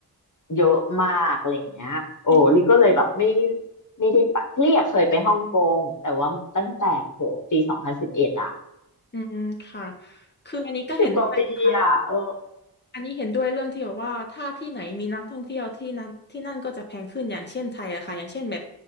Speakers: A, on the left; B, on the left.
A: เยอะมากอะไรเงี้ยโอ้ลี่ก็เลยแบบไม่
B: อันนี้
A: ไม่ได้ไปลี่อะเคยไปฮ่องกงแต่ว่าตั้งแต่โหปีสองพันสิบเอ็ดอะ
B: อืมค่ะคืออันนี้ก็เห็นด้วยนะคะ
A: สิบกว่าปีอะเออ
B: อันนี้เห็นด้วยเรื่องที่แบบว่าถ้าที่ไหนมีนักท่องเที่ยวที่นั้นที่นั่นก็จะแพงขึ้นอย่างเช่นไทยอะค่ะอย่างเช่นแบบ